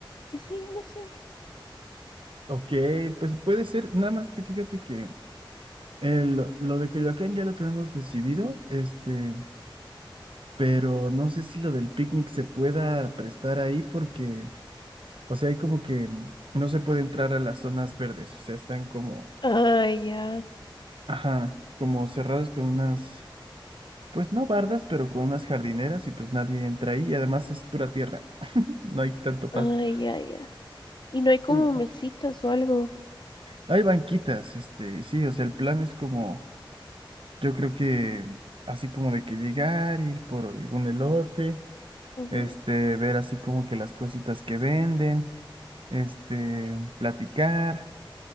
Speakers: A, on the left; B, on the right.
A: y sí, no sé.
B: Ok, pues puede ser, nada más que fíjate que el, lo de Coyoacán ya lo tenemos decidido, este, pero no sé si lo del picnic se pueda prestar ahí porque, o sea, hay como que mm, no se puede entrar a las zonas verdes, o sea, están como
A: Ay, ya.
B: Ajá, como cerradas con unas, pues no bardas, pero con unas jardineras y pues nadie entra ahí y además es pura tierra, no hay tanto pasto.
A: Ay, ya, ya. Y no hay como
B: Mm,
A: mesitas o algo.
B: Hay banquitas, este, y sí, o sea, el plan es como, yo creo que así como de que llegar, ir por algún elote,
A: Ujú.
B: este, ver así como que las cositas que venden, este, platicar,